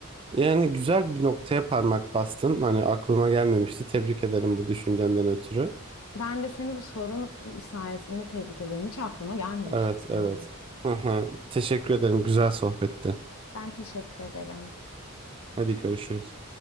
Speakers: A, on the right (about 25°); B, on the left (about 70°).
A: Yani güzel bir noktaya parmak bastın. Hani aklıma gelmemişti. Tebrik ederim bu düşüncenden ötürü.
B: Ben de seni bu sorun sayesinde tebrik ederim. Hiç aklıma gelmemişti
A: Evet,
B: benim.
A: evet. Hı hı. Teşekkür ederim. Güzel sohbetti.
B: Ben teşekkür ederim.
A: Hadi görüşürüz.